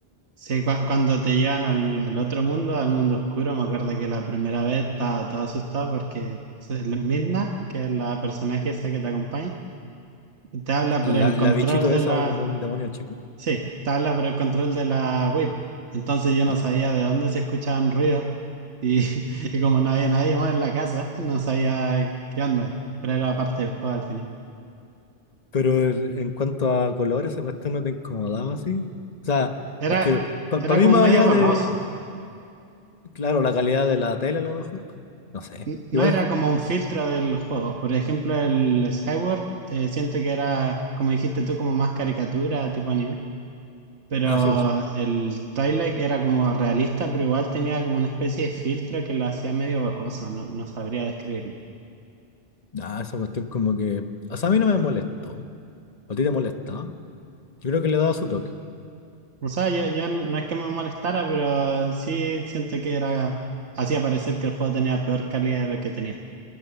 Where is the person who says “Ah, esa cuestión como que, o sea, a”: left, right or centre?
Left